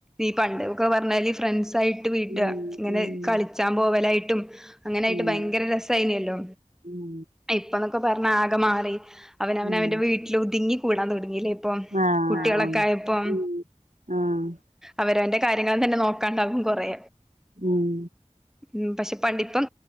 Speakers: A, in the centre; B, on the right.
A: ഈ പണ്ട്ക്കെ പറഞ്ഞാല് ഫ്രൻസായിട്ട് വീട്ട
B: ഉം
A: ഇങ്ങനെ
B: ഉം
A: കളിച്ചാൻ പോവലായിട്ടും അങ്ങെനായിട്ട്
B: ഉം
A: ഭയെങ്കരെ രസായിനെല്ലോ
B: ഉം
A: ഇപ്പന്നൊക്കെ പർഞ്ഞാ ആകെ മാറി അവനെ നവൻ
B: ഉം
A: അവന്റെ വീട്ട്ല് ഒതുങ്ങി കൂടാൻ തൊടങ്ങില്ലേ ഇപ്പൊം
B: ആഹ്
A: കുട്ട്യേളൊക്കെ
B: ആഹ്
A: ആയെപ്പം
B: ഉം ആഹ്
A: അവരാന്റെ കാര്യങ്ങൾ തെന്നെ നോക്കാണ്ടാവും കൊറേ
B: ഉം
A: ഉം പക്ഷെ പണ്ടിപ്പം